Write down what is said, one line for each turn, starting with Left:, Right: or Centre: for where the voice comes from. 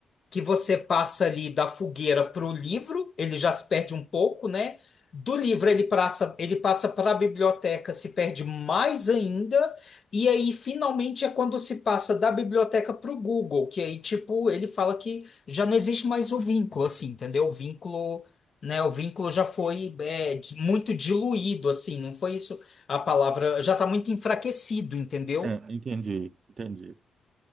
Left: que você passa ali da fogueira para o livro, ele já se perde um pouco, né? Do livro ele passa, ele passa para a biblioteca, se perde mais ainda, e aí finalmente é quando se passa da biblioteca para o Google, que aí tipo ele fala que já não existe mais o vínculo, assim, entendeu? O vínculo, né? O vínculo já foi é, di- muito diluído, assim, não foi isso a palavra, já está muito enfraquecido, entendeu?
Right: É, entendi, entendi.